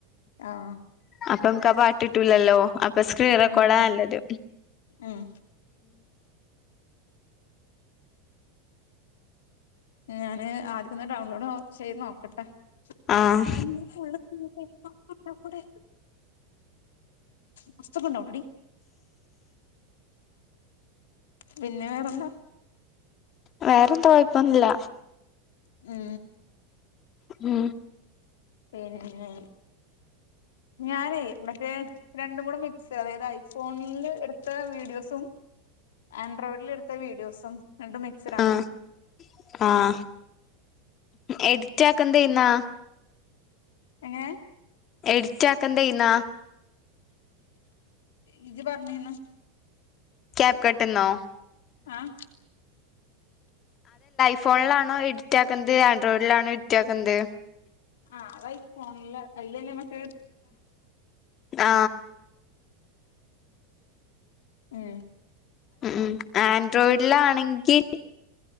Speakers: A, on the left; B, on the left.
A: ആഹ
B: അപ്പമ്ക്ക്‌ ആ പാട്ട്ട്ടൂലല്ലോ അപ്പ സ്ക്രീൻ റെക്കോഡാ
A: ഉം ഉം
B: ന്നല്ലത്
A: ഉം ഞാന് ആദ്യം ഒന്ന് ഡൗൺലോഡ് ഓ ചെയ്ത് നോക്കട്ടെ
B: ആഹ്
A: പിന്നെ ഫുള്ള് <unintelligible> കൂടെ പുസ്തക്ണ്ടോ ഓൾറെഡി പിന്നെ വേറെന്താ
B: വേറെന്ത കൊഴപ്പൊന്നില്ല
A: മ്
B: മ്
A: പിന്നെ ഞാനേ മറ്റേ രണ്ടും കൂടെ മിക്സ് അതായത് ഐഫോൺല് എടുത്ത വീഡിയോസും ആൻഡ്രോയ്ട്ല് ഇടുത്ത വീഡിയോസും രണ്ടും മിക്സിഡാണ്
B: ആഹ് ആഹ് എഡിറ്റ് ആക്കന്തെന്നാ
A: എങ്ങനെ
B: എഡിറ്റ ആക്കന്തേന്നാ
A: ഇജ്ജ് പറഞ്ഞീന്ന്
B: ക്യാപ്പ്കട്ട്ന്നോ
A: ആഹ്
B: ഐഫോണിലാണോ എഡിറ്റാക്കുന്ത് ആൻഡ്രോയിഡിലാണോ എഡിറ്റാക്കുന്ത്
A: ആ അത് ഐഫോൺലാ അയിൽല്ലല്ലേ മറ്റ
B: ആ
A: മ്
B: ഉം ആൻഡ്രോയിഡിലാണെങ്കിൽ